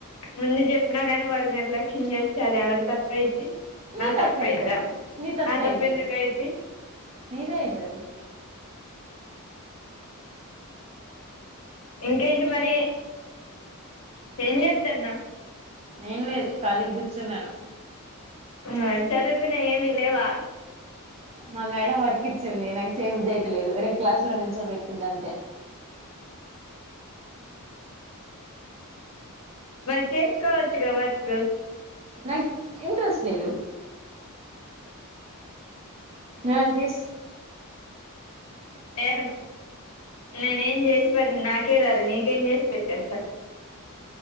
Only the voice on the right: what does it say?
నీ తప్పే
అయితది నీ తప్పే
అయితది
నీదే అయితది
ఏం లేదు ఖాళీగ్ కూర్చున్నాను.
మా మేడం వర్క్ ఇచ్చింది నై చేయబుద్ధయితలేదు రేపు క్లాసులో నుంచో పెట్టుద్దంతే
నాక్ ఇంట్రెస్ట్ లేదు. ఏమైనా తీస్